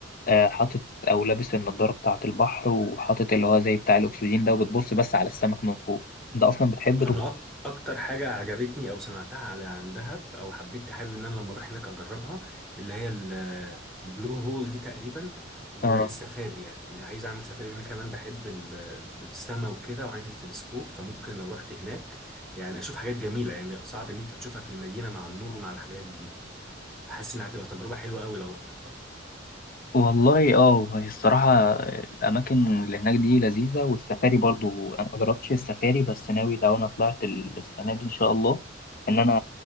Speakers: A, on the left; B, in the centre.
A: آه، حاطط او لابس النضاره بتاعه البحر وحاطط اللي هو زي بتاع الاكسجين ده وبتبص بس على السمك من فوق انت اصلا بتحب
B: انا أك... اكتر حاجه عجبتني او سمعتها على عن دهب او حبيت حابب ان انا لما اروح هناك اجربها اللي هي ال- البلو هول دي تقريبا والسفاري
A: تغوص
B: يعني إني عايز اعمل سفاري انا كمان بحب ال- السما وكده وعندي تلسكوب فممكن لو رحت هناك يعني اشوف حاجات جميله يعني صعب ان انت تشوفها في المدينه مع النور ومع الحاجات دي فحاسس انها هتبقى تجربه حلوه قوي لو رحتها
A: والله اه هي الصراحة الأماكن اللي هناك دي لذيذة والسفاري برضو أنا مجربتش السفاري بس ناوي لو أنا طلعت ال- السنة دي إن شاء الله إن أنا